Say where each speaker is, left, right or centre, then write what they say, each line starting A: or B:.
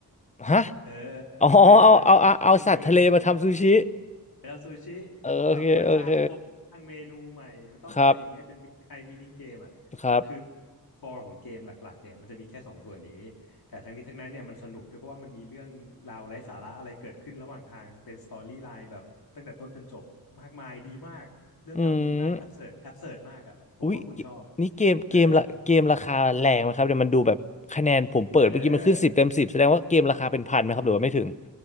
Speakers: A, on the left; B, on the left.
A: ฮะ
B: เออบริหารร้านซูชิหนึ่งคืนเออ
A: อ๋อเอาเอาเอาเอาสัตว์ทะเลมาทำซูชิ
B: เราซูชิต้องแบบมาจ้างคนสร้างเมนูใหม่มันต้องอะไรอย่างเงี้ยเป็นมิใครมินิเกมอ่ะ
A: เออโอเคโอเคครับครับ
B: คือคอของเกมหลักๆเนี่ยมันจะมีแค่สองส่วนนี้แต่ทั้งนี้ทั้งนั้นเนี่ยมันสนุกด้วยเพราะว่ามันมีเรื่องราวไร้สาระอะไรเกิดขึ้นระหว่างทางเป็นสตอรี่ไลน์แบบตั้งแต่ต้นจนจบมากมายดีมากเรื่องราวดีมากแอบเสิร์ดแอบเสิร์ดมากอ่ะผมว่าคุณชอบ
A: อืมอุ๊ยนี่เกมเกมละเกมราคาแรงไหมครับเดี๋ยวมันดูแบบคะแนนผมเปิดเมื่อกี้มันขึ้นสิบเต็มสิบแสดงว่าเกมราคาเป็นพันไหมครับหรือว่าไม่ถึง
B: เออเออ